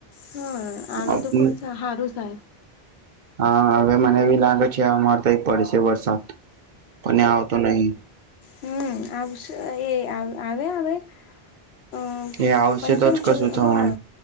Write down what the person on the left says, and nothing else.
હા
આવે તો ખુબ હારૂ સાય
હમ આવશે એ આવે હવે હમ
<inaudible>
ચ
હા.